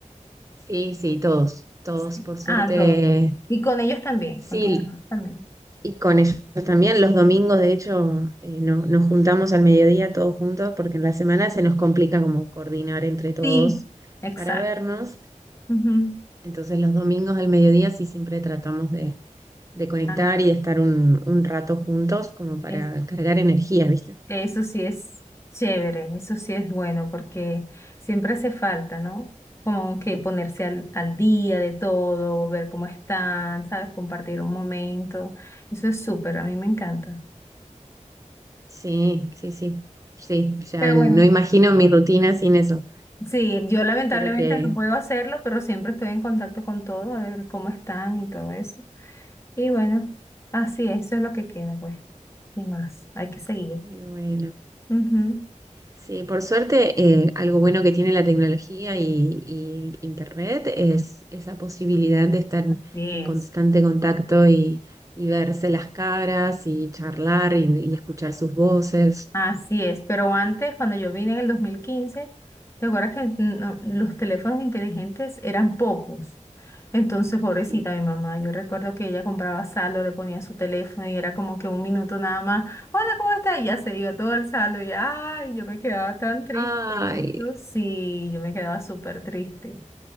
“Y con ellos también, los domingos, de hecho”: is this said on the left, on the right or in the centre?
Right